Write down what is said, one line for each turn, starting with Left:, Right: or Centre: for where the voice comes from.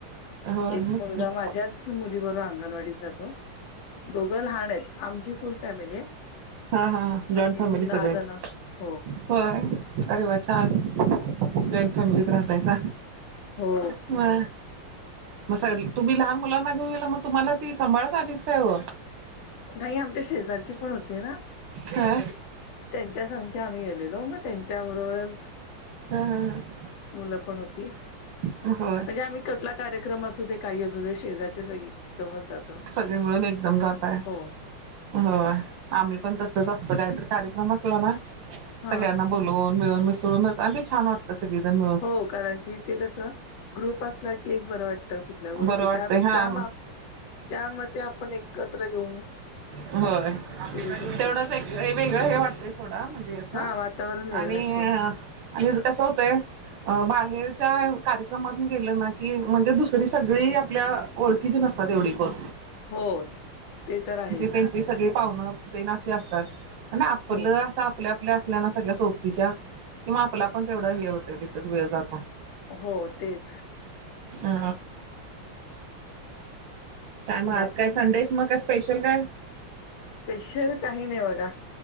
Right: होय
Left: एक
Right: मग
Left: मुलगा माझ्याच- मुली बरो अंगणवाडीत जातो दोघं लहान आहेत आमची फुल फॅमिली आहे.
Right: हा हा जॉईंट
Left: आम्ही
Right: फॅमिली
Left: एकूण
Right: सगळेच
Left: दहा जण हो.
Right: होय अरे वा छान. जॉईंट फॅमिलीत राहतायचा
Left: हो.
Right: म- मग सग तुम्ही लहान मुलांना घेऊन गेला मग तुम्हाला ती सभाळत आली काय हो.
Left: नाही आमच्या शेजारची पण होते ना.
Right: हा
Left: त्यांच्या सग ते आम्ही गेलेलो मग त्यांच्याबरोबरच.
Right: हम हम हम
Left: मुलं पण होती.
Right: हो
Left: म्हणजे आम्ही कटला कार्यक्रम असू दे काही असजूद्या शेजारचे एकदमच जातं.
Right: सगळे मिळून एकदम जात आहे.
Left: हो
Right: हो आम्ही पण तसच असत काहीतरी कार्यक्रम असलो ना
Left: हा
Right: सगळ्यांना. बोलवून मिळून मिसळूनच आणि ते छान वाटत. त सगित त्यां-
Left: हो कारण की ते कसं ग्रुप असला की एक बरं वाटत. कुठल्या गोष्टी
Right: बरं वाटतंय
Left: त्या
Right: हा
Left: त्या त्यामध्ये आपण एकत्र येऊन.
Right: होय
Left: फिरू शकतो.
Right: तेवढंच एक वेगळं हे वाटतंय सोडा म्हणजे असं-
Left: हां, वातावरण वेगळं
Right: आणि
Left: असतं.
Right: आणि कस होतंय? अ बाहेरच्या कार्यक्रमात म गेलं ना की म्हणजे दुसरी सगळी आपल्या. ओळखीच नसतात तेवढी कर-
Left: हो ते तर आहेच
Right: त्यांची सगळी पाहुणं ते नाशी असतात प आपलं
Left: हो, हो.
Right: असं आपल्या आपल्या असल्याना सगळ्या सोबतीच्या कि म आपला पण तेवढं हे होतंय तिथच वेळ जात
Left: हो तेच
Right: अ काय मग आज
Left: बाकी?
Right: काय संडेस मग क शण काय
Left: स्पेशल काही नाही बघा